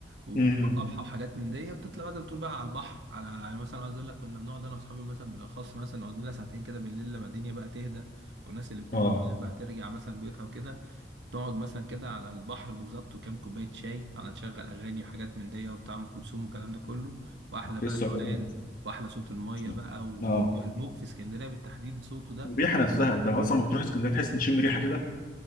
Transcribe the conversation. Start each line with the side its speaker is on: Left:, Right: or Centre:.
Right: وبتبقى
Left: فاهمني
Right: طابحه وحاجات من دي بتطلع بقى زي ما بتقول بقى على البحر على يعني مثلا عايز اقول لك كنا بنقعد انا واصحابي مثلا بالاخص مثلا نقعد لنا ساعتين كده بالليل لما الدنيا بقى تهدى والناس اللي يكون
Left: اه
Right: بتطيب بقى ترجع مثلا بيوتها وكده تقعد مثلا كده على البحر بالظبط وكام كوباية شاي على نشغل أغاني وحاجات من دي وبتاع أم كلثوم والكلام ده كله وأحلى
Left: كنت
Right: بقى
Left: لسه
Right: روقان
Left: هقول
Right: وأحلى صوت المية
Left: لك.
Right: بقى والموج
Left: اه
Right: في اسكندرية بالتحديد صوته ده
Left: الريحه نفسها انت اصلا لما بتروح اسكندريه تحس ان تشم ريحه كده